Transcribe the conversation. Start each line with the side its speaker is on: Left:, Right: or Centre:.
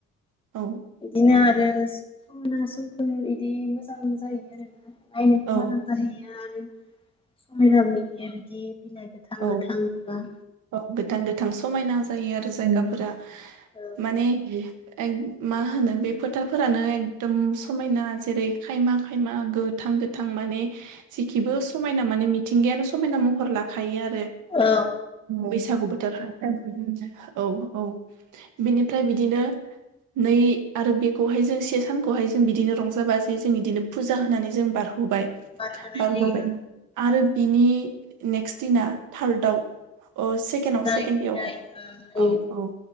Right: औ
Left: इदिनो आरो समाक्षना समखोर इदि मोजां जाहैयो आरोना नायनोबो
Right: औ
Left: मोजां जाहैयो आरो समायना <unintelligible> बिदि बिलाइ गोथां
Right: औ
Left: गोथांबा
Right: औ गोथां गोथां समायना जायो आरो जायगाफोरा
Left: औ
Right: माने ओम एक मा होनो बे फोथारफोरानो एकदम समायना जेरै खायमा खायमा गोथ थां गोथां माने जेखिबो समायना माने मिथिंगायानो समायना महर लाखायो आरो।
Left: औ
Right: बैसागु बोथोरहाय <unintelligible> औ औ बिनिफ्राय बिदिनो नै आरो बेखौहाय जों से सानखौहाय जों बिदिनो रंजा बाजायै जों इदिनो फुजा होनानै जों बारहोहर हरबाय
Left: बारहोनाय
Right: बारहोहरबाय
Left: जायो
Right: आरो बिनि नेक्स्ट दिना थार्दआव अ सेकेणआव
Left: नै
Right: सेकेणड देआवहाय
Left: नै नै
Right: औ औ